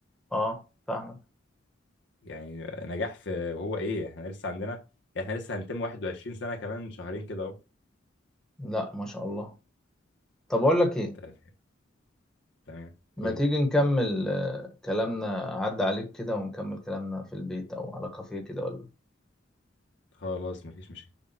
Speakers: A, in the centre; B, on the left.
A: اه فاهمك
B: يعني نجاح في وهو ايه احنا لسه عندنا احنا لسه هنتم 21 سنة كمان شهرين كده اهو
A: لا ما شاء الله طب اقول لك ايه
B: أنت فاهم؟ تمام
A: ما
B: قول
A: تيجي نكمل آه، كلامنا عدى عليك كده ونكمل كلامنا في البيت او على كافيه كده ولا
B: خلاص مفيش مشاكل